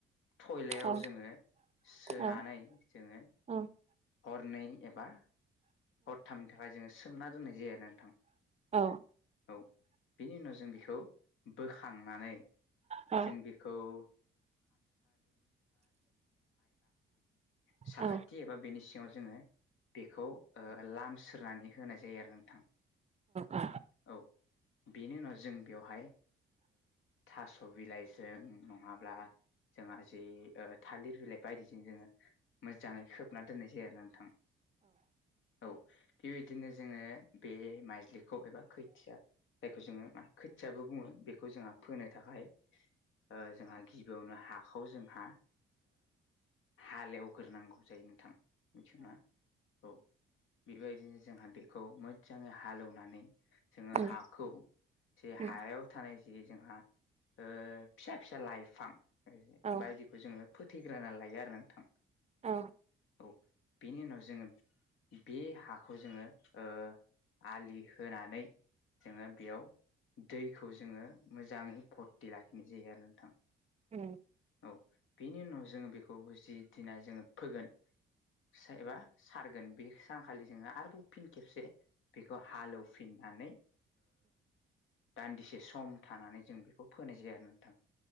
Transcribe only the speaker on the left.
थयलायाव
जोङो सोनानै
जोङो
हरनै एबा हरथामनि थाखाय जोङो सोमना दोननाय जायो आरो नोंथां
औ बिनि उनाव जों बेखौ बोखांनानै
जों साखाथि
एबा बेनि जोंङो बेखौ लामस्रोनानै होनाय जायो आरो नोंथां
औ बेनि उनाव जों बेवहाय थास' बिलाइ जों नंङाब्ला जोंहा जि थालिर बिलाइ बायदिजों जोंङो मोजांङै खोबना दोननाय जायो आरो नोंथां औ बेबायदिनो जोंङो बे माइज्लिखौ एबा खैथिया जायखौ जोंङों मा खोथियाबो बुंङो बेखौ जोंहा फोनो थाखाय जोंहा गिबियावनो हाखौ जोंहा हालेवग्रोनांगौ जायो नोंथां मिथिगौना औ बेबायदिनो जोंहा बेखौ मोजांङै हालेवनानै जोंङो
हाखौ जे
हायाव थानाय जे जोंहा फिसा फिसा लाइफां
बायदिखौ जोंङो फोथैग्रोना लायो आरो नोंथां
औ बेनि उनाव जोंङो बे हाखौ जोंङो ओ आलि होनानै जोंङो बेयाव दैखौ जोङो मोजाङै भति लाखिनाय जायो आरो नोंथां
औ बेनि उनाव जोंङों बेखौ जि दिना जोंङो फोगोन एबा सारगोन बे सानखालि जोंङो आरोबाव फिन खेबसे बेखौ हालेवफिननानै दान्दिसे सम थानानै जों बेखौ फोनाय जायो आरो नोंथां